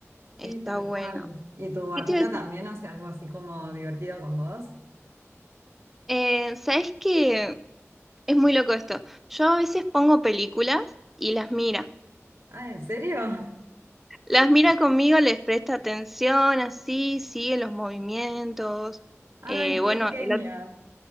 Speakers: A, in the centre; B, on the right.
A: está
B: Sí, tal
A: bueno.
B: cual. ¿Y tu gatita
A: ¿Qué te iba a decir?
B: también hace algo así como divertido con vos?
A: Eh, ¿sabes qué? Es muy loco esto. Yo a veces pongo películas y las miro.
B: Ah, ¿en serio?
A: Las mira conmigo, les presta atención, así, sigue los movimientos. Eh,
B: Ay, qué
A: bueno,
B: genia.
A: el, ot-